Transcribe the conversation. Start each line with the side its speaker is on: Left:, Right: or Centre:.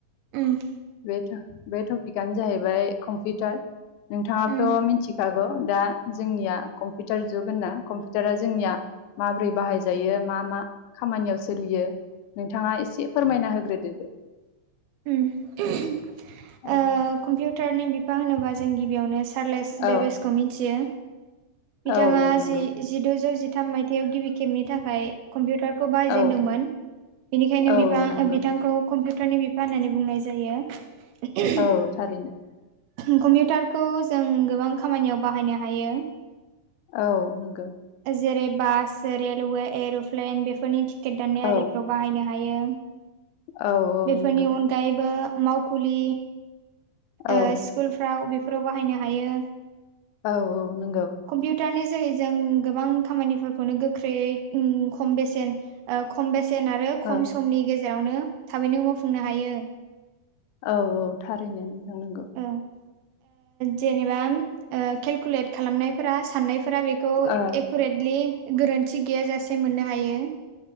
Right: ओम
Left: बे टपि टपिकआनो जाहैबाय कम्पिउटार नोंथाङाबोथ'
Right: उम
Left: मिथि खागौ दा जोंनिया कम्पिउटार जुग होनना कम्पिउटारा जोंनिया माबोरै बाहायजायो मा मा खामानियाव सोलियो नोंथाङा एसे फोरमायना होग्रोदो दे
Right: ओम <unintelligible>
Left: औ
Right: कम्पिउटारनि बिफा होनोबा जों गिबियावनो <unintelligible>
Left: औ
Right: बेसखौ मिथियो बिथाङा
Left: औ औ नंगौ
Right: जि जिद'जौ जिथाम मायथाइयाव गिबि खेबनि थाखाय कम्पिउटारखौ बाहायजेनदोंमोन
Left: औ
Right: बेनिखायनो
Left: औ
Right: बि
Left: औ नंगौ
Right: बिथांखौ कम्पिउटारनि फाननानै बुंनाय जायो <unintelligible>
Left: औ थारैनो
Right: कम्पिउटारखौ जों गोबां खामानियाव बाहायनाय हायो
Left: औ नंगौ
Right: जेरै बास रेलवे एर'प्लेन बेफोरनि टिकेट दान्नाय
Left: औ
Right: आरिफ्राव बाहायनो हायो
Left: औ औ नंगौ
Right: फोरनि अनगायैबो मावखुलि
Left: औ
Right: ओ स्कुलफ्राव बेफोराव बाहायनो हायो
Left: औ औ नंगौ
Right: कम्पिउटारनि जोहै जों गोबां खामानिफोरखौनो गोख्रैयै खम बेसेन ओ खम बेसेन आरो खम
Left: ओ
Right: समनि गेजेरावनो थाबैनो मावफुंनो हायो
Left: औ औ थारैनो नोंथां नोंगौ
Right: ओ जेनेबा केलकुलेट खालामनायफोरा साननायफोरा बे खौ
Left: ओ
Right: एकुरेटलि गोरोन्थि गैयाजासे मोननो हायो